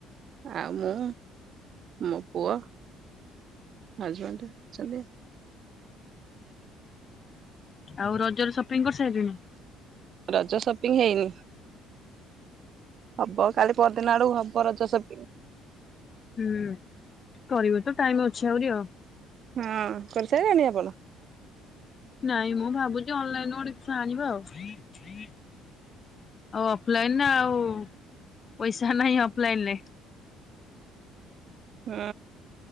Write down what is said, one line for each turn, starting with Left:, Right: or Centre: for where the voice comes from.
Right: ଆଉ ମୁଁ। ମୋ ପୁଅ ହଜବେଣ୍ଡ ଅଛନ୍ତି।
Left: ଆଉ ରଜରେ ସପିଙ୍ଗ କରିସାରିଲେଣି?
Right: ରଜ ସପିଙ୍ଗ ହେଇନି। ହବ କାଲି ପଦିନ ଆଡକୁ ହବ ରଜ ଶପିଙ୍ଗ।
Left: ହୁଁ କରିବ ତ ଟାଇମ ଅଛି ଆହୁରି ଆଉ।
Right: ହଁ କରିସାରିଲେଣି ଆପଣ?
Left: ନାଇଁ ମୁଁ ଭାବୁଛି ଅନଲାଇନ ଗୋଟେ କିସ ଆଣିବା ଆଉ ଆଉ ଅଫଲାଇନ ଆଉ ପଇସା ନାହିଁ ଅଫଲାଇନ ରେ
Right: ହୁଁ